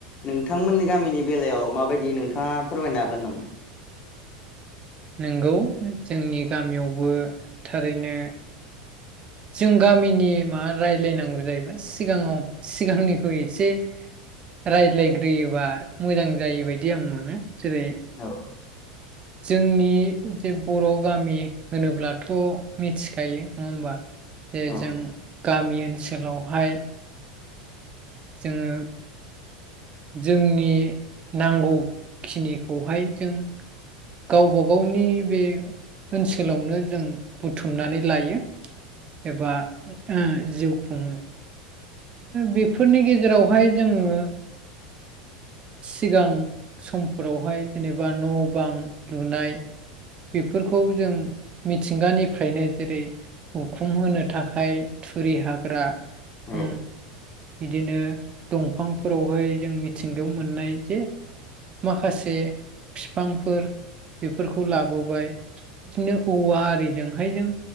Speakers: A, on the left (about 40°); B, on the right (about 30°).
A: नोंथांमोननि गामिनि बेलायाव माबायदि नोंथांङा फोरमायनो हागोन नामा?
B: नंगौ जोंनि गामियावबो थारैनो जों गामिनि माबा रायज्लायनांगौ जायोब सिगांङाव सिगांनिखौ एसे रायज्लायग्रोयोबा मोजां जायो बायदि आं मोनो। जेरै
A: औ
B: जोंनि जे बर' गामि होनोब्लाथ' मिथिखायो नंङा होमबा? ए
A: औ
B: जों गामि ओन सोलावहाय जोंङो जोंनि नांगौखिनिखौहाय जों गावबा गावनि बे ओनसोलावनो जों बुथुमनानै लायो। एबा ओ जिउ खुंङो। बेफोरनि गेजेरावहाय जोंङो सिगां सम फोरावहाय जेनेबा न' बां लुनाय बेफोरखौ जों मिथिंगानिफ्रायनो जेरै उखुम होनो थाखाय थुरि हाग्रा
A: औ
B: उम बिदिनो दं। दंफांफोरावहाय जों मिथिंगायाव मोननाय जे माखासे फिफांफोर बेफोरखौ लाबोबाय। बिदिनो औवा आरिजोंहाय जों